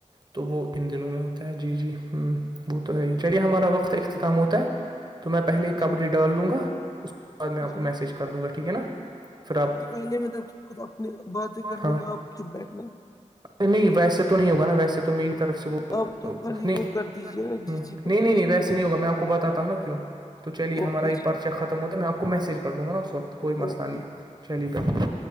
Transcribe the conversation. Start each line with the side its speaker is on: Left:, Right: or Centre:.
Right: تو وہ ان دنوں میں ہوتا ہے جی جی ہ وہ تو ہے ہی چلیے ہمارا وقت اختتام ہوتا ہے تو میں پہلے
Left: جی
Right: کپڈی ڈال دوں گا اس کے بعد میں آپ
Left: جی
Right: کو میسیج کر دوں گا ٹھیک ہے نا پھر آپ
Left: پہے میں تب خود اپنی باتیں کر لوں
Right: ہاں
Left: گا آپ چپ بیٹھنا
Right: نہیں ویسے تو نہیں ہوگا نا ویسے تو میری طرف سے وہ
Left: آپ تو
Right: نہیں
Left: خالی وہ کر دیجیے نا
Right: نہیں
Left: جی جی کر
Right: نہیں
Left: دیجیے
Right: نہیں ویسے نہیں ہوا میں آ کو بتاتا ہوں نا کیوں تو چلیے
Left: اوکے
Right: ہمارا یہ
Left: جی
Right: پرچہ ختم ہوتا ہے میں آپ کو میسج کر دوں گا نا اس وقت کوئی مسئلہ
Left: اوکے
Right: نہیں ہے چلی پئے